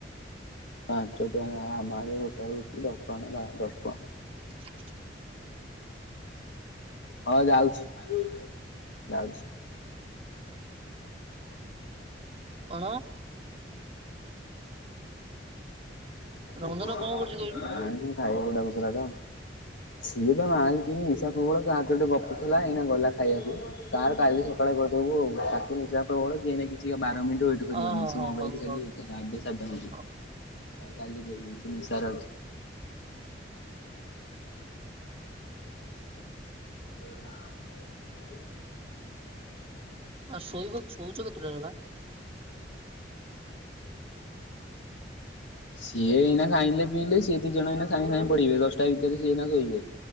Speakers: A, on the left (about 80°); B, on the right (about 30°).
A: ପାଞ୍ଚ ଟଙ୍କା ଆମଡ ଗୋଟା ହଉଛି ଦଶ ଟଙ୍କା ନା ପା ଦଶ ଟଙ୍କା।
B: <inaudible>
A: ହଁ ଯାଉଛି ଯାଉଛି।
B: କଣ? ରଞ୍ଜନ
A: ନାଇଁ
B: କଣ କରୁଛି କହିଲୁ?
A: ମୋ ଭାଈ ବୋହୁ ଡାକୁଥିଲା ତ। ସିଏ ପା ମାଲ ପିଇକି ନିଶା ପ୍ରବଳ କାହା ସହିତ ଗୋଟେ ଗପୁଥିଲା ଏଇନା ଗଲା ଖାଇବାକୁ। ତାର କାଲି ସକାଳେ କରିଦବୁ ଆଉ ତାକୁ ନିଶା ପ୍ରବଳ ସିଏ ଏଇନା କିଛି ବାର ମିନିଟ ୱେଟ୍ କରିବନି
B: ଓହୋ
A: ସେ
B: ହୋ
A: ମୋବାଇଲି
B: ହଉ
A: ବାଲି
B: ହଉ
A: ଆଡେ ସାଡେ ବୁଲୁଚି
B: ହଉ
A: ସେ
B: ହଉ।
A: କାଲି କରିବୁ ସେ ନିଶାରେ ଅଛି। <inaudible>
B: ଆଉ ଶୋଇବ ଶୋଉଚ କେତୁଟାରେ ବା।
A: ସିଏ ଏଇନା ଖାଇଲେ ପିଇଲେ ସି ଦିଜଣଇନା ସାଙ୍ଗେ ସାଙ୍ଗେ ପଡିବେ ଦଶଟା ଭିତରେ ସିଏଇନା ଶୋଇବେ।